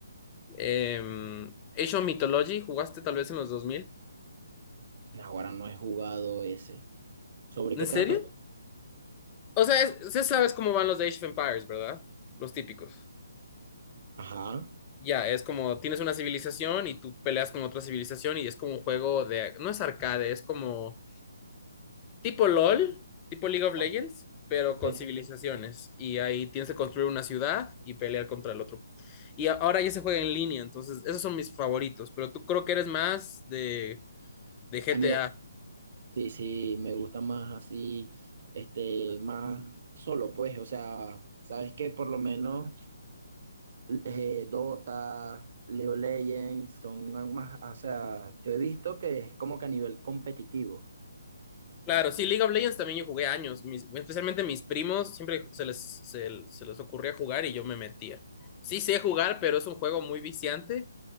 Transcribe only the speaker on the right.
Ahora no he jugado ese. ¿Sobre
qué
trata?
Ajá.
Ok,
ok,
ok.
A nivel- sí, sí, me gusta más así, este, más solo, pues, o sea, ¿sabes que Por lo menos... eh, Dota, League of Legends, son más, o sea, yo he visto que es como que a nivel competitivo.